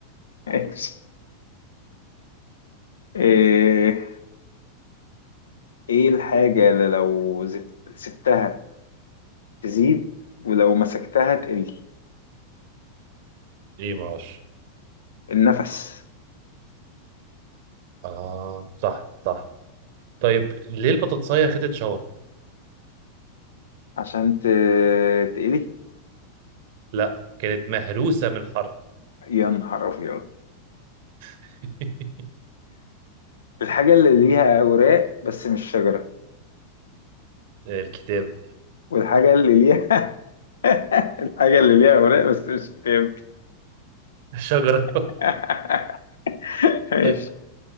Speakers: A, on the left (about 65°); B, on the right (about 50°).
A: ماشي. ايه إيه الحاجة اللي لو زت- سبتها تزيد ولو مسكتها تقل
B: ايه معرفش
A: النفس
B: اه صح صح طيب ليه البطاطساية خدت شاور
A: عشان ت- تقلي
B: لا كانت مهروسة من الحر
A: يا نهار ابيض
B: <laughs>
A: الحاجة اللي ليها اوراق بس مش شجرة
B: الكتاب
A: والحاجة اللي ليها <laughs> الحاجة اللي ليها اوراق بس مش كتاب
B: الشجرة
A: <laughs> ماشي
B: <laughs> طيب